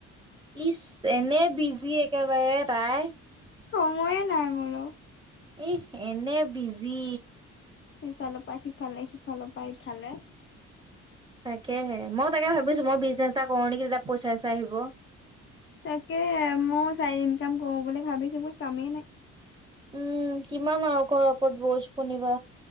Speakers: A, on the right; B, on the left.
A: ইচ এনে বিজি একেবাৰে তাই
B: সময়ে নাই মোৰো
A: এ এনে বিজি
B: সিফালৰ পৰা সিফালে, সিফালৰ পৰা ইফালে।
A: তাকেহে মই তাকে ভাবিছোঁ মই বিজনেছ এটা কৰোঁ নেকি তাত পইচা-চইছা আহিব।
B: তাকে মই চাই ইনকাম কৰো বুলি ভাবিছো মই কামেই নাই।
A: উম কিমান আৰু ঘৰ ওপৰত বজ কোনিব